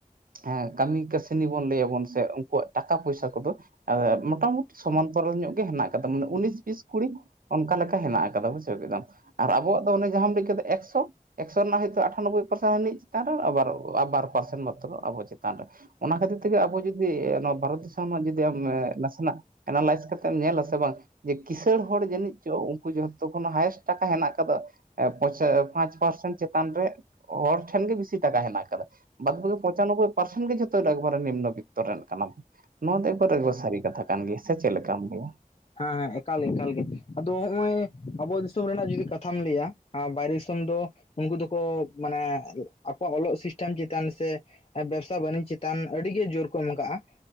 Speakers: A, on the right; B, on the left.
A: ᱦᱮᱸ ᱠᱟᱹᱢᱤ ᱠᱟᱹᱥᱱᱤ ᱵᱚᱱ ᱞᱟᱹᱭᱟ ᱵᱚᱱ ᱥᱮ ᱩᱱᱠᱩᱣᱟᱜ ᱴᱟᱠᱟ ᱯᱚᱭᱥᱟ ᱠᱚ ᱫᱚ, ᱟᱸ, ᱢᱳᱴᱟᱢᱩᱴᱤ ᱥᱚᱢᱟᱱᱛᱚᱨᱚᱞ ᱧᱚᱜ ᱜᱮ ᱦᱮᱱᱟᱜ ᱠᱟᱫᱟ ᱢᱟᱱᱮ ᱩᱱᱤᱥ ᱵᱤᱥ ᱠᱩᱲᱤ, ᱚᱱᱠᱟ ᱞᱮᱠᱟ ᱦᱮᱱᱟᱜ ᱠᱟᱫᱟ ᱵᱩᱡᱷᱟᱹᱣ ᱠᱮᱫᱟᱢ ᱟᱨ ᱟᱵᱚᱣᱟᱜ ᱫᱚ ᱚᱱᱮ ᱡᱟᱦᱟᱸᱢ ᱞᱟᱹᱭ ᱠᱮᱫᱟ ᱮᱠᱥᱚ ᱮᱠᱥᱚ ᱨᱮᱱᱟᱜ ᱦᱳᱭᱛᱳ ᱟᱴᱷᱟᱱᱚᱵᱵᱚᱭ ᱯᱟᱨᱥᱮᱱ ᱦᱟᱹᱱᱤ ᱪᱮᱛᱟᱱ ᱨᱮ ᱟᱵᱟᱨ ᱟ ᱵᱟᱨ ᱯᱟᱨᱥᱮᱱ ᱢᱟᱛᱨᱚ ᱟᱵᱚ ᱪᱮᱛᱟᱱ ᱨᱮ ᱚᱱᱟ ᱠᱷᱟᱹᱛᱤᱨ ᱛᱮᱜᱮ ᱟᱵᱚ ᱡᱩᱫᱤ ᱱᱚᱣᱟ ᱵᱷᱟᱨᱚᱛ ᱫᱤᱥᱚᱢ ᱨᱮᱱᱟᱜ ᱡᱩᱫᱤ ᱟᱢ ᱱᱟᱥᱮᱱᱟᱜᱼᱼ ᱮᱱᱟᱞᱟᱭᱤᱥ ᱠᱟᱛᱮ ᱮᱢ ᱧᱮᱞᱟ ᱥᱮ ᱵᱟᱝ, ᱡᱮ ᱠᱤᱥᱟᱹᱬ ᱦᱚᱲ ᱡᱟᱹᱱᱤᱡ ᱪᱚ ᱩᱱᱠᱩ ᱡᱷᱚᱛᱚ ᱠᱷᱚᱱᱟᱜ ᱦᱟᱭᱮᱥᱴᱼᱼ ᱴᱟᱠᱟ ᱦᱮᱱᱟᱜ ᱠᱟᱫᱟ ᱯᱟᱭᱥᱮ ᱯᱟᱸᱪ ᱯᱟᱨᱥᱮᱱ ᱪᱮᱛᱟᱱ ᱨᱮ ᱚᱲ ᱴᱷᱮᱱ ᱜᱤ ᱵᱤᱥᱤ ᱴᱟᱠᱟ ᱦᱮᱱᱟᱜ ᱠᱟᱫᱟ᱾ ᱵᱟᱫᱽ ᱵᱟᱠᱤ ᱯᱚᱸᱪᱟᱱᱚᱵᱚᱭ ᱯᱟᱨᱥᱮᱱ ᱜᱮ ᱡᱷᱚᱛᱚ ᱮᱠᱵᱟᱨᱮ ᱱᱤᱢᱱᱚ ᱵᱤᱛᱚᱨ ᱨᱮᱱ ᱠᱟᱱᱟ᱾ ᱱᱚᱣᱟ ᱫᱚ ᱮᱠᱵᱟᱨ ᱮᱠᱵᱟᱨ ᱥᱟᱹᱨᱤ ᱠᱟᱛᱷᱟ ᱠᱟᱱ ᱜᱮᱭᱟ ᱥᱮ ᱪᱮᱫ ᱞᱮᱠᱟᱢ ᱞᱟᱹᱭᱟ?
B: ᱦᱮᱸ ᱦᱮᱸ ᱮᱠᱟᱞ ᱮᱠᱟᱞ ᱜᱮ ᱟᱫᱚ ᱦᱚᱜ-ᱚᱭ ᱟᱵᱚ ᱫᱤᱥᱚᱢ ᱨᱮᱱᱟᱜ ᱡᱩᱫᱤ ᱠᱟᱛᱷᱟᱢ ᱞᱟᱹᱭᱟ ᱟᱨ ᱵᱟᱭᱨᱮ ᱫᱤᱥᱚᱢ ᱫᱚ ᱩᱱᱠᱩ ᱫᱚᱠᱚ ᱢᱟᱱᱮ ᱟᱠᱚᱣᱟᱜ ᱚᱞᱚᱜ ᱥᱤᱥᱴᱮᱢ ᱪᱮᱛᱟᱱ ᱥᱮ ᱵᱮᱵᱽᱥᱟ ᱵᱟᱱᱤᱡᱽ ᱪᱮᱛᱟᱱ ᱟᱹᱰᱤᱜᱮ ᱡᱳᱨ ᱠᱚ ᱮᱢ ᱠᱟᱜ-ᱟ